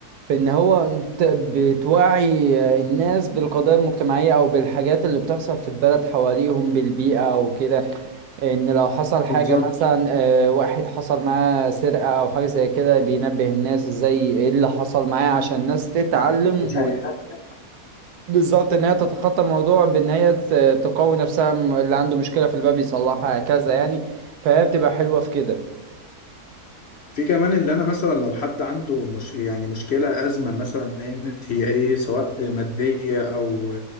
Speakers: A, on the right; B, on the left.
A: في ان هو انت بتوعي الناس بالقضايا المجتمعية او بالحاجات اللي بتحصل في البلد حواليهم بالبيئة او كده ان لو حصل
B: بالظبط
A: حاجة مثلا آه، واحد حصل معاه سرقة او حاجة زي كده بينبه الناس ازاي ايه اللي حصل معاه عشان الناس تتعلم
B: دي
A: بالظبط ان هي تتخطى الموضوع بان هي ت- تقوي نفسها م- اللي عنده مشكله في الباب يصلحها هكذا يعني فهي بتبقى حلوه في كده
B: في كمان اللي انا مثلا لو حد عنده مش يعني مشكله ازمه مثلا ايا كانت هي ايه سواء ماديه او